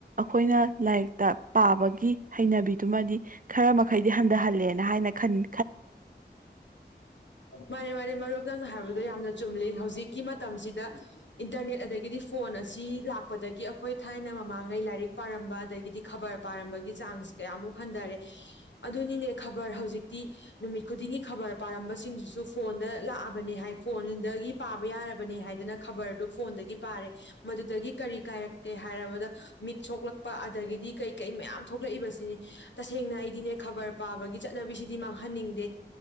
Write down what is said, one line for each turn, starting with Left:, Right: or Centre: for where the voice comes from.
Right: ꯑꯩꯈꯣꯏꯅ ꯂꯥꯏꯔꯤꯛꯇ ꯄꯥꯕꯒꯤ ꯍꯩꯅꯕꯤꯗꯨꯃꯗꯤ ꯈꯔ ꯃꯈꯩꯗꯤ ꯍꯟꯊꯍꯜꯂꯦꯅ ꯍꯥꯏꯅ ꯈꯟ
Left: ꯃꯥꯅꯤ ꯃꯥꯅꯦ ꯃꯔꯨꯞꯀꯪ ꯍꯥꯏꯕ ꯑꯗꯣ ꯌꯥꯝꯅ ꯆꯨꯝꯂꯤ ꯍꯧꯖꯤꯛꯀꯤ ꯃꯇꯝꯁꯤꯗ ꯏꯟꯇꯔꯅꯦꯠ ꯑꯗꯒꯤꯗꯤ ꯐꯣꯟ ꯑꯁꯤ ꯂꯥꯛꯄꯗꯒꯤ ꯑꯩꯈꯣꯏ ꯊꯥꯏꯅ ꯃꯃꯥꯡꯉꯩ ꯂꯥꯏꯔꯤꯛ ꯄꯥꯔꯝꯕ ꯑꯗꯒꯤꯗꯤ ꯈꯕꯔ ꯄꯥꯔꯝꯕꯒꯤ ꯆꯥꯡꯁꯤ ꯀꯌꯥꯃꯨꯛ ꯍꯟꯊꯔꯦ ꯑꯗꯨꯅꯤꯅꯦ ꯈꯕꯔ ꯍꯧꯖꯤꯛꯇꯤ ꯅꯨꯃꯤꯠ ꯈꯨꯗꯤꯡꯒꯤ ꯈꯕꯔ ꯄꯥꯔꯝꯕꯁꯤꯡꯗꯨꯁꯨ ꯐꯣꯟꯗ ꯂꯥꯛꯑꯕꯅꯦ ꯍꯥꯏ ꯐꯣꯟꯗꯒꯤ ꯄꯥꯕ ꯌꯥꯔꯕꯅꯦ ꯍꯥꯏꯗꯅ ꯈꯕꯔꯗꯨ ꯐꯣꯟꯗꯒꯤ ꯄꯥꯔꯦ ꯃꯗꯨꯗꯒꯤ ꯀꯔꯤ ꯀꯥꯏꯔꯛꯀꯦ ꯍꯥꯏꯔꯕꯗ ꯃꯤꯠ ꯁꯣꯛꯂꯛꯄ ꯑꯗꯒꯤꯗꯤ ꯀꯩ ꯀꯩ ꯃꯌꯥꯝ ꯊꯣꯛꯂꯛꯏꯕꯁꯤꯅꯤ ꯇꯁꯦꯡꯅ ꯑꯩꯗꯤꯅꯦ ꯈꯕꯔ ꯄꯥꯕꯒꯤ ꯆꯠꯅꯕꯤꯁꯤꯗꯤ ꯃꯥꯡꯍ ꯍꯪꯍꯟꯅꯤꯡꯗꯦ